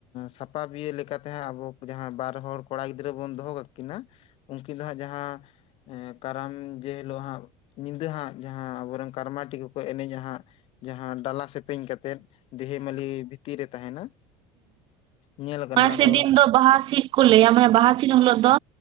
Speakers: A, on the left; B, on the right.
A: ᱥᱟᱯᱟ ᱵᱤᱭᱟᱹ ᱞᱮᱠᱟᱛᱮ ᱦᱟᱸᱜ ᱟᱵᱚ ᱡᱟᱦᱟᱸ ᱵᱟᱨ ᱦᱚᱲ ᱠᱚᱲᱟ ᱜᱤᱫᱽᱨᱟᱹ ᱵᱚᱱ ᱫᱚᱦᱚ ᱠᱟᱜ ᱠᱤᱱᱟ ᱩᱱᱠᱤᱱ ᱫᱚ ᱦᱟᱸᱜ ᱡᱟᱦᱟᱸ ᱠᱟᱨᱟᱢ ᱡᱮ ᱦᱤᱞᱳᱜ ᱦᱟᱸᱜ ᱧᱤᱫᱟᱹ ᱦᱟᱸᱜ ᱡᱟᱦᱟᱸ ᱟᱵᱚᱮᱱ ᱠᱟᱨᱢᱟᱴᱤ ᱠᱚᱠᱚ ᱮᱱᱮᱡᱼᱟ, ᱦᱟᱸᱜ ᱡᱟᱦᱟᱸ ᱰᱟᱞᱟ ᱥᱮᱯᱮᱧ ᱠᱟ ᱠᱟᱛᱮᱫ ᱫᱮᱦᱮ ᱢᱟᱹᱞᱤ ᱵᱷᱤᱛᱤᱨ ᱨᱮ ᱛᱟᱦᱮᱱᱟ᱾ ᱧᱮᱞ ᱠᱟᱱᱟ
B: ᱦᱩᱸ
A: ᱟᱫᱚ
B: ᱥᱮᱫᱤᱱ ᱵᱟᱦᱟ ᱥᱤᱫ ᱠᱚ ᱞᱟᱹᱭᱟ ᱢᱟᱱᱮ ᱵᱟᱦᱟ ᱥᱤᱫ ᱦᱤᱞᱳᱜ ᱫᱚ